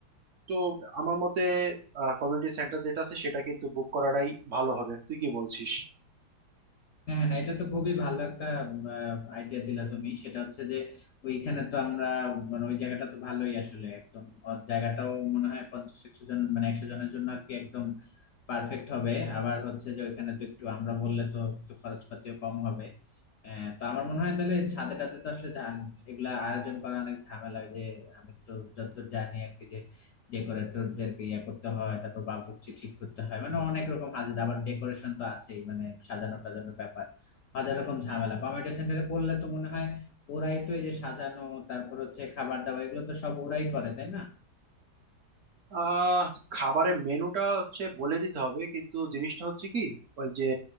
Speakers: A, on the right (about 60°); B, on the left (about 70°).
A: তো আমার মতে কমিউনিটি সেন্টার যেটা আছে সেটা কিন্তু বুক করাটাই ভালো হবে তুই কি বলছিস
B: হ্যাঁ হ্যাঁ না, এটা তো খুবই ভালো একটা আইডিয়া দিলা তুমি সেটা হচ্ছে যে ওইখানে তো আমরা মানে ওই জায়গাটা তো ভালোই আসলে একদম অ- জায়গাটাও মনে হয় পঞ্চাশ একশো জন মানে একশো জনের জন্য আর কি একদম পারফেক্ট হবে আবার হচ্ছে যে ওইখানে তো একটু আমরা বললে তো একটু খরচপাতিও কম হবে আহ, তো আমার মনে হয় তাহলে ছাদে টাদে তো আসলে ঝাম- এগুলা আয়োজন করা অনেক ঝামেলা হয় যে আমি তো যতদূর জানি আর কি যে ডেকোরেটরদেরকে ইয়ে করতে হয় তারপর বাবুর্চি ঠিক করতে হয় মানে অনেক রকম হাজার আবার ডেকোরেশন তো আছেই মানে সাজানো টাজানোর ব্যাপার হাজার রকম ঝামেলা কমিউনিটি সেন্টারে করলে তো মনে হয় ওরাই তো এই যে সাজানো তারপর হচ্ছে খাবার দাবার এগুলো তো সব ওরাই করে তাই না
A: আহ খাবারের মেনুটা হচ্ছে বলে দিতে হবে কিন্তু জিনিসটা হচ্ছে কি ওই যে